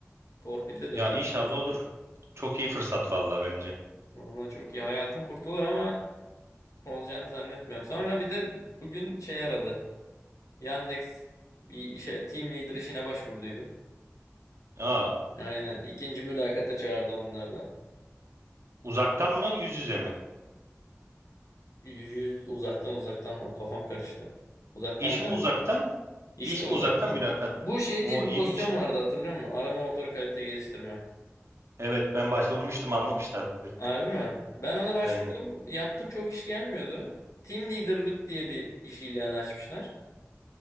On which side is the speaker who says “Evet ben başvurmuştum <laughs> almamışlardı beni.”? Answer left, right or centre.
Right